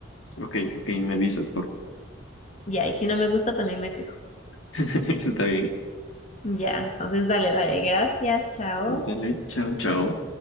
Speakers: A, on the left; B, on the left.
A: Ok, ok, me avisas por...
B: Ya, y si no me gusta, también me quejo.
A: <laughs> Está bien.
B: Ya, entonces dale, dale, gracias, chao.
A: Dale, chao, chao.